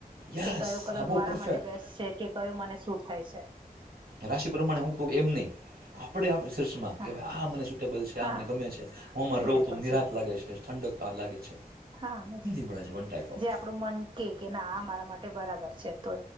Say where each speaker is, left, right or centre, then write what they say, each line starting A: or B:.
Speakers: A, on the right; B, on the right.
A: યસ
B: કે કયો કલર
A: હા બહુ
B: મારા
A: પરફેક્ટ
B: માટે બેસ્ટ છે કે કયો મને શૂટ થાય છે.
A: રાશિ પ્રમાણે હું કહું એમ નહીં આપડે આપ સર્ચમાં
B: હા
A: કે ભ આ મને
B: હા
A: ને ગમે છે હું
B: સુટેબલ
A: રવું તો નિરાશ
B: છે
A: લાગે છે ઠંડક લાગે છે.
B: હા.
A: <unintelligible> ટાઈ ઓફ
B: આપડું મન કે ના આ મારા માટે બરાબર છે તો